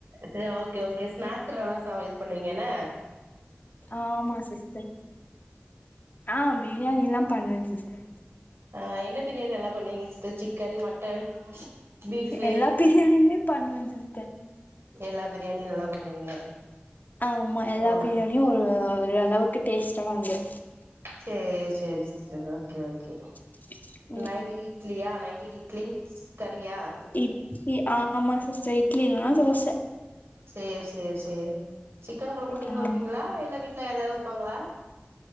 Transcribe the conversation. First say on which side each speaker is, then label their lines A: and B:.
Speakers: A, on the right; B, on the left.
A: சரி ஓகே ஓகே ஸ்நாக்ஸ் நல்லா ச இது பண்ணுவிங்கன
B: ஆமா சிஸ்டர் ஆ பிரியாணிலா பண்ணுவே சிஸ்டர்
A: ஆ என்ன பிரியாணி நல்லா பண்ணுவிங்க சிஸ்டர் சிக்கன் மட்டன் பீஃபு
B: எல்லா பிரியாணியுமே பண்ணுவே சிஸ்டர்
A: எல்லா பிரியாணியு நல்லா பண்ணுவீங்க
B: ஆமா எல்லா
A: ஓ
B: பிரியாணியு ஒரு ஓரளவுக்கு டேஸ்ட்டா வந்துரு
A: சேரி சேரி சிஸ்டர் ஓகே ஓகே
B: <inaudible>
A: நைட்டுக்கு இட்லியா நைட்டுக்கு இட்லி கறியா
B: இட்லி ஆமா சிஸ்டர் இட்லி இல்னா தோச
A: சேர் சேர் சேரி சிக்கன் கொழம்பு நீங்க
B: ஆ
A: வெப்பிங்ளா இல்ல வீட்ல யாரையாவுது வெப்பாங்ளா